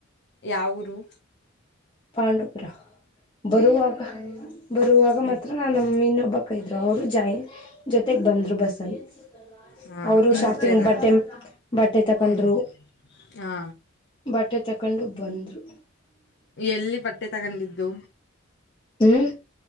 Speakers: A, on the left; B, on the left.
A: ಯಾವೂರು.
B: ಪಾಂಡವಪುರ ಬರುವಾಗ ಬರುವಾಗ
A: ಹ್ಮ್
B: ಮಾತ್ರ ನಮ್ ಇನ್ನೊಬ್ ಬ್ಬಕ್ಕ ಇದ್ರು ಅವ್ರು ಜಾಯಿನ್ ಜೊತೆಗ್ ಬಂದ್ರು ಬಸ್ಸಲ್ಲಿ.
A: ಹಾ
B: ಅವರು
A: ಮೂರ್
B: ಶಾಪಿಂಗ್
A: ಜನ
B: ಬಟ್ಟೆ ಬಟ್ಟೆ ತಕೊಂಡ್ರು.
A: ಹ್ಮ್ ಹಾ
B: ಬಟ್ಟೆ ತಕ್ಕೊಂಡು ಬಂದ್ರು.
A: ಎಲ್ಲಿ ಬಟ್ಟೆ ತಗೊಂಡಿದ್ದು.
B: ಹ್ಮ್